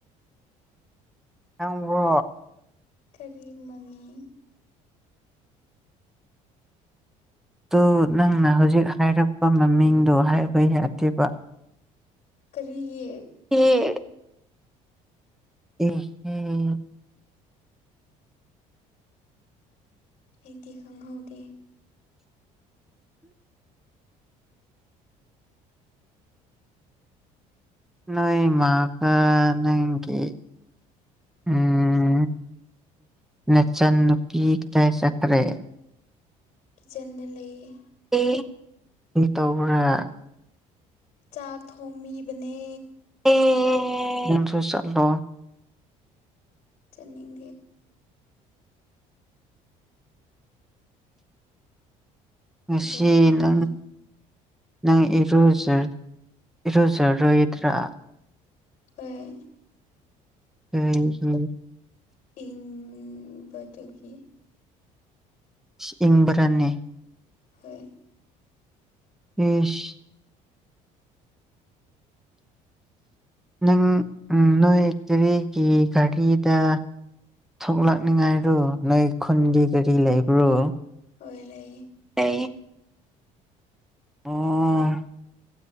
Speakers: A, in the centre; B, on the left.
A: ꯅꯪꯕꯣ
B: ꯀꯔꯤ ꯃꯃꯤꯡ
A: ꯇꯨ ꯅꯪꯅ ꯍꯧꯖꯤꯛ ꯍꯥꯏꯔꯛꯄ ꯃꯃꯤꯡꯗꯣ ꯍꯥꯏꯕ ꯌꯥꯗꯦꯕ
B: ꯀꯔꯤꯒꯤ
A: ꯌꯦ ꯍꯨꯝ ꯍꯨꯝ
B: ꯑꯩꯗꯤ ꯈꯪꯍꯧꯗꯦ
A: ꯅꯣꯏ ꯃꯥꯒ ꯅꯪꯒꯤ ꯎꯝ ꯅꯆꯥꯟ ꯅꯨꯄꯤ ꯀꯥꯏ ꯆꯠꯈ꯭ꯔꯦ
B: ꯀꯤꯠꯆꯟꯗ ꯂꯩꯌꯦ
A: ꯑꯦ <unintelligible> ꯇꯧꯕ꯭ꯔꯥ
B: ꯆꯥꯛ ꯊꯣꯡꯕꯤꯕꯅꯦ
A: ꯑꯦ ꯅꯪꯁꯨ ꯆꯠꯂꯣ
B: ꯆꯠꯅꯤꯡ
A: ꯉꯁꯤ
B: ꯏꯕꯥꯅꯤ
A: ꯅꯪ ꯅꯪ ꯏꯔꯨꯖ ꯏꯔꯨꯖꯔꯣꯏꯗ꯭ꯔꯥ
B: ꯍꯣꯏ
A: ꯑꯩ <unintelligible>
B: ꯏꯪꯕꯗꯨꯒꯤ
A: ꯏꯁ ꯏꯪꯕ꯭ꯔꯥꯅꯦ
B: ꯍꯣꯏ꯫
A: ꯏꯁ ꯅꯪ ꯅꯣꯏ ꯀꯔꯤꯒꯤ ꯒꯥꯔꯤꯗ ꯊꯣꯛꯂꯛꯅꯤꯡꯉꯥꯏꯔꯣ ꯅꯣꯏ ꯈꯨꯟꯒꯤ ꯒꯥꯔꯤ ꯂꯩꯕ꯭ꯔꯣ
B: ꯍꯣꯏ ꯂꯩꯌꯦ
A: ꯂꯩꯌꯦ
B: <inaudible>
A: ꯑꯣ